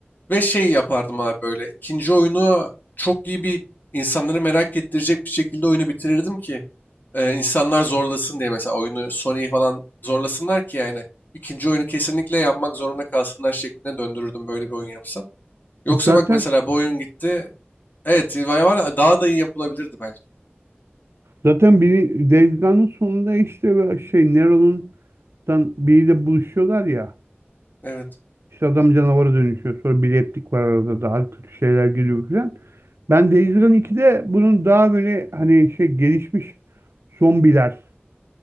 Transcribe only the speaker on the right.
E
Zaten
zaten biri Days Gone'ın sonunda işte böyle şey Nero'nun dan biriyle buluşuyorlar ya.
İşte adam canavara dönüşüyor. Sonra bir replik var arada daha kötü şeyler geliyor falan. Ben Days Gone 2'de bunun daha böyle hani şey gelişmiş zombiler